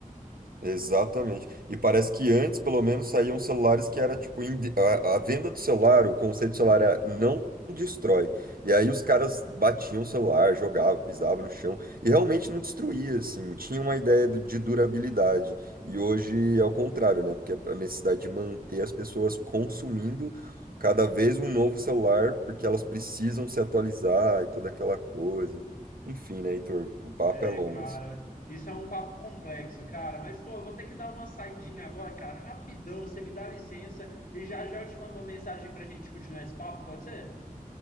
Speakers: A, on the right; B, on the left.
A: Exatamente. E parece que antes, pelo menos, saíam celulares que era tipo inde- a, a venda do celular, o conceito do celular era não destrói. E aí os caras batiam o celular, jogavam, pisavam no chão e realmente não destruía, assim. Tinha uma ideia do- de durabilidade. E hoje é o contrário, né? Porque é a necessidade de manter as pessoas consumindo cada vez um novo celular, porque elas precisam se atualizar e toda aquela coisa. Enfim, né, Heitor? O papo
B: É,
A: é longo.
B: cara, isso é um papo complexo, cara. Mas, pô, eu vou ter que dar uma saidinha agora, cara, rapidão. Você me dá licença e já já eu te mando uma mensagem pra gente continuar esse papo, pode ser?